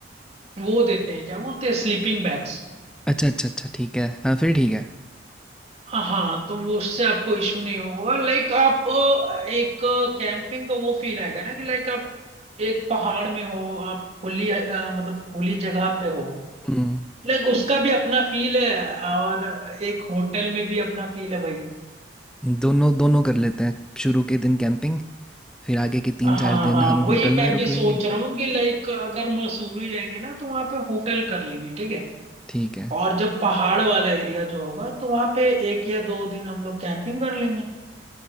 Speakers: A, on the right; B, in the centre.
A: वो देते हैं क्या बोलते हैं स्लीपिंग बैग्स
B: अच्छा अच्छा अच्छा ठीक है हाँ फिर ठीक है
A: हाँ तो वो उससे आपको इशू नहीं होगा लाइक आप अ, एक कैंपिंग का वो फील आएगा ना कि लाइक आप एक पहाड़ में हो आप खुली अ, मतलब खुली जगह पे हो
B: हम्म
A: लाइक उसका भी अपना फील है और एक होटल में भी अपना फील है भाई
B: दोनों दोनों कर लेते हैं शुरू के दिन कैंपिंग फिर आगे के
A: हाँ
B: तीन चार दिन
A: हाँ
B: हम
A: वही
B: होटल
A: मैं
B: में रुक
A: भी सोच
B: लेंगे
A: रहा हूँ कि लाइक अगर मसूरी जाएंगे ना तो वहां पे होटल कर लेंगे ठीक है
B: ठीक है
A: और जब पहाड़ वाला एरिया जो होगा तो वहां पे एक या दो दिन हम लोग कैंपिंग कर लेंगे